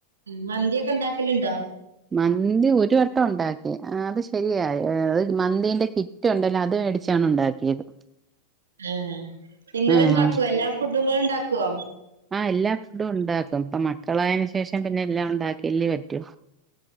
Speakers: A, on the right (about 70°); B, on the right (about 15°).
A: മന്തിക്കെ ണ്ടാക്കലുണ്ടോ?
B: മന്തി ഒരു വട്ടം ഉണ്ടാക്കി അത് ശരിയായി മന്തിന്റെ കി.. കിറ്റുണ്ടല്ലോ അത് മേടിച്ചാണ് ണ്ടാക്കിയത്.
A: ആ നിങ്ങള്ണ്ടാക്കുവോ
B: ആഹ്
A: എല്ലാ ഫുഡ് ങ്ങളുംണ്ടാക്കോ
B: ആഹ എല്ലാ ഫുഡും ഉണ്ടാക്കും ഇപ്പ മക്കളായതിന് ശേഷം പിന്നെ എല്ലാം ഉണ്ടാക്കി. ല്ലി പറ്റോ